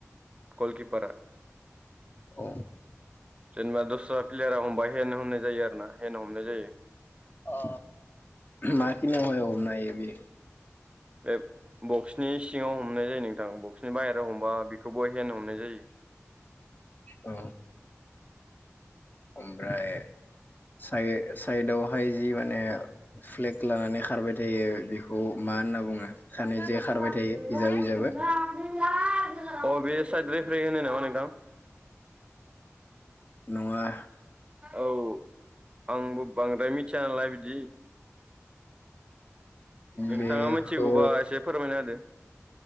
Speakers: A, on the right; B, on the left.
A: गलकिपारा
B: अ
A: जेनेबा दस्रा प्लेयारा हमबाय हेन हमनाय जायो आरो ना हेन हमनाय जायो।
B: औ माखिनियाव हमनो हायो बियो
A: बे बक्सनि सिङाव हमनाय जायो नोंथां बक्सनि बाहेर राव हमबा बेखौबो हेन हमनाय जायो।
B: औ ओमफ्राय हाय साइडआवहाय जि माने फ्लेग लानानै खारबाय थायो बेखौ मा होनना बुङो? सानै
A: <unintelligible>
B: जे खारबाय
A: अ
B: थायो बिजाब बिजाबो
A: बे साइद रेफारि होनो नामा नों हेलौ
B: नङा
A: औ आंबो बांद्राय मिथिया नालाय बिदि नोंथाङा
B: बेखौ
A: मिथिगौबा एसे फोरमायना होदो।